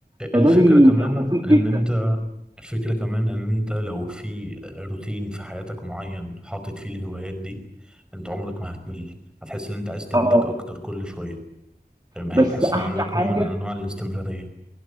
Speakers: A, on the right; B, in the centre.
A: فده
B: الفكرة
A: بيبقى
B: كمان
A: مفيد
B: ان
A: جدا
B: انت الفكرة كمان ان انت لو في روتين في حياتك معين حاطط فيه الهوايات دي انت عمرك ما هتمل هتحس ان انت عايز تنتج
A: اه
B: اكتر كل شوية فاهم هتحس
A: بس احلى
B: ان عندك
A: حاجة
B: نوع من انواع الاستمرارية